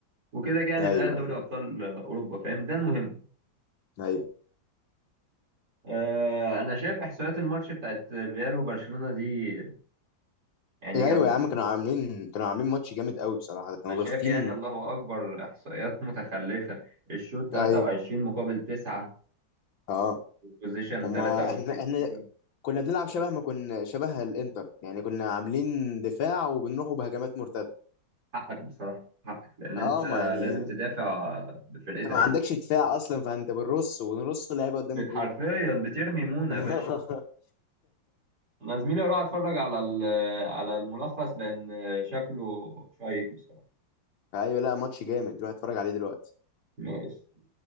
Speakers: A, on the right; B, on the left.
A: وكده كده هنتأهل
B: ايوه
A: دوري
B: ايوه
A: ابطال اوروبا فاهم ده المهم
B: ايوه
A: آه انا شايف احصائيات الماتش بتاعت الريال وبرشلونه دي يعني
B: إيه،
A: جامده
B: ايوه يا عم كانوا عاملين كانوا عاملين ماتش جامد قوي بصراحه كانوا
A: أنا شايف
B: ضاغطين
A: يعني الله أكبر إحصائيات متخلفة الشوط 23
B: ايوه
A: مقابل 9
B: اه
A: والبوزيشن
B: هما
A: 63
B: احنا احنا كنا بنلعب شبه ما كنا شبه الانتر يعني كنا عاملين دفاع وبنروحوا بهجمات مرتده
A: حقك بصراحة حقك لأن
B: اه
A: أنت
B: ما يعني
A: لازم تدافع بفرقتك
B: انت ما
A: دي
B: عندكش دفاع اصلا فانت بنرص ونرص اللعيبه قدام
A: ب-
B: الجون
A: حرفيا بترمي مونة
B: <laughs>
A: يا باشا أنا زميلي أروح أتفرج على ال- على الملخص لأن شكله شيق بصراحة
B: ايوه لا ماتش جامد روح اتفرج عليه دلوقتي
A: ماشي